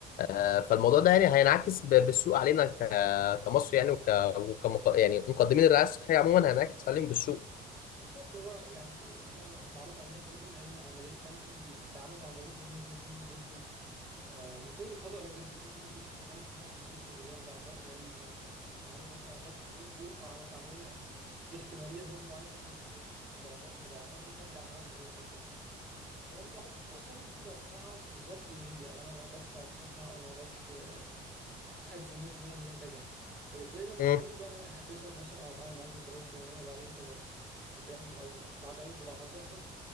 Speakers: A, on the left (about 55°); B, on the right (about 65°).
A: آه، فالموضوع ده يعني هينعكس ب- بالسوء علينا ك- كمصر يعني وك وكمق... يعني مقدمين الرعايه الصحيه عموما هينعكس عليهم بالسوء
B: بالظبط هو يعني إحنا معروف عندنا في الطب إن أي عملية أي تعامل مع المريض لازم يكون فيه نسبة آه، مش نسبة خطأ لكن بيكون في نسبة حاجة بيسموها كومبليكيشنز اللي هي مضاعفات لأي آه، تعامل مثلا أخدت حبوب حبوب أو عملت عملية في احتمالية بنسبة معينة يكون في مضاعفات المضاعفات دي خارجة عن إرادة أي حد يعني فاهم تقدير اصلا مش متوقعه بالظبط ايه هي او انا ما اقدرش اتوقعها او ما اقدرش اجزم 100% ان هي كذا فبالتالي لما
A: مم.
B: تيجي تقول بقى ان انا هحبسك مثلا او اتعامل معاك بالطريقه الفلانيه بعد انت ما ما تعمل او بعد اي مضاعفات تحصل